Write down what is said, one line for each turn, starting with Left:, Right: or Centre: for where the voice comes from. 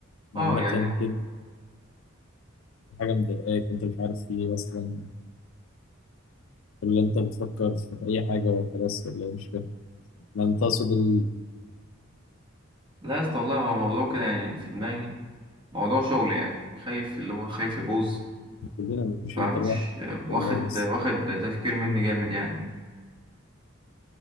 Right: اه
Left: عامة
Right: يعني
Left: كده في حاجة مضايقاك انت مش عارف في ايه اصلا ولا انت بتفكر في اي حاجة وخلاص ولا إيه؟ مش فاهم ما انت تقصد ال-
Right: لا يا اسطى والله هو موضوع كده يعني في دماغي موضوع شغل يعني خايف اللي هو خايف يبوظ
Left: كلنا مش
Right: فمش
Left: انت لوحدك والله
Right: واخد
Left: بس
Right: واخد تفكير مني جامد يعني